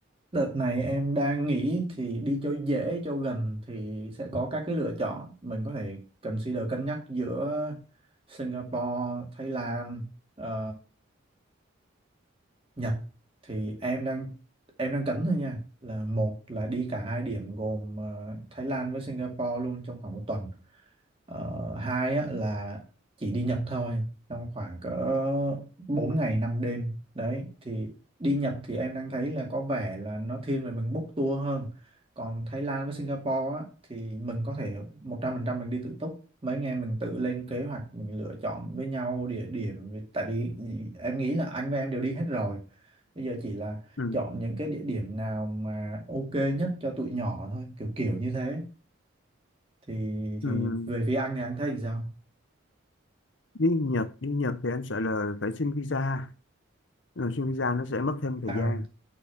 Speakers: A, on the right; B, on the left.
A: đợt này em đang nghĩ thì đi cho dễ cho gần thì sẽ có các cái lựa chọn mình có thể consider cân nhắc giữa Singapore Thái Lan ờ, Nhật thì em đang em đang cấn thôi nha là một là đi cả hai điểm gồm ờ, Thái Lan với Singapore luôn trong khoảng một tuần Ờ, hai á, là chỉ đi Nhật thôi trong khoảng cỡ 4 ngày 5 đêm đấy thì đi Nhật thì em đang thấy là có vẻ là nó thiên về mình book tour hơn còn Thái Lan với Singapore á, thì mình có thể 100% mình đi tự túc mấy anh em mình tự lên kế hoạch mình lựa chọn với nhau địa điểm vì- tại vì em nghĩ là anh với em đều đi hết rồi bây giờ chỉ là
B: Ừ,
A: chọn những cái địa điểm nào mà ok nhất cho tụi nhỏ thôi kiểu kiểu như thế thì
B: ừ,
A: thì về phía anh thì anh thấy thì sao
B: đi Nhật, đi Nhật thì anh sợ là phải xin visa, ừ, xin visa nó sẽ mất thêm thời
A: à
B: gian.